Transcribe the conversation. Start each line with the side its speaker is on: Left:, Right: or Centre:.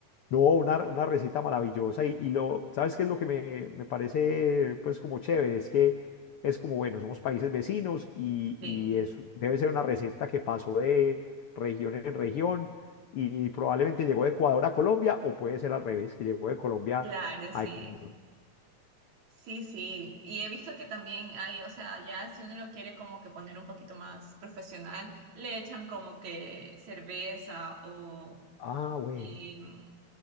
Left: No, una, una receta maravillosa y, y lo, ¿sabes qué es lo que me, me parece pues como chévere? Es que es como, bueno, somos países vecinos y,
Right: Sí,
Left: y es, debe ser una receta que pasó de región en región y probablemente llegó de Ecuador a Colombia o puede ser al revés, que llegó de Colombia
Right: claro,
Left: a
Right: sí.
Left: Ecuador.
Right: Sí, sí. Y he visto que también hay, o sea, ya si uno lo quiere como que poner un poquito más profesional, le echan como que cerveza o
Left: Ah, bueno.
Right: Y mm,